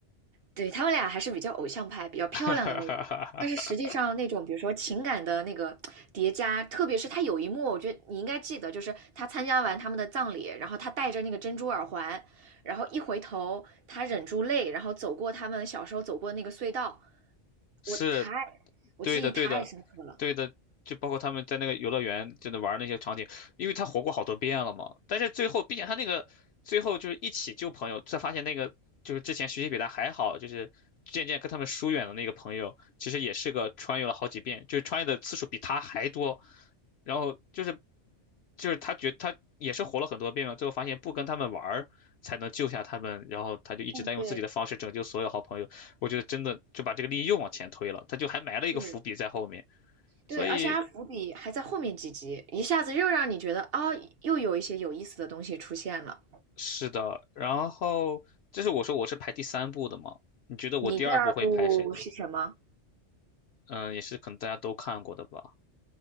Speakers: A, on the right; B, on the left.
A: 对，他们俩还是比较偶像派、比较漂亮的那种，
B: <laughs>
A: 但是实际上那种，比如说情感的那个叠加，特别是他有一幕，我觉得你应该记得，就是他参加完他们的葬礼，然后他戴着那个珍珠耳环，然后一回头，他忍住泪，然后走过他们小时候走过的那个隧道，
B: 是
A: 我太，我记忆太深刻了。
B: 对的，对的，对的，就包括他们在那个游乐园真的玩儿那些场景，因为他活过好多遍了嘛。但是最后，并且他那个最后就是一起救朋友，才发现那个就是之前学习比他还好，就是渐渐跟他们疏远的那个朋友，其实也是个穿越了好几遍，就是穿越的次数比他还多。然后就是就是他觉他也是活了很多遍嘛，最后发现不跟他们玩儿才能救下他们，然后他就一直在用自己的方式拯救所有好朋友。
A: 嗯，对，
B: 我觉得真的就把这个利益又往前推了，他就还埋了一个伏笔在后面。
A: 是，
B: 所以
A: 对，而且他伏笔还在后面几集，一下子又让你觉得啊、又有一些有意思的东西出现了。
B: 是的，然后这是我说我是排第三部的嘛？你觉得我第二部会排谁呢？
A: 你第二部是什么？
B: 嗯，也是可能大家都看过的吧？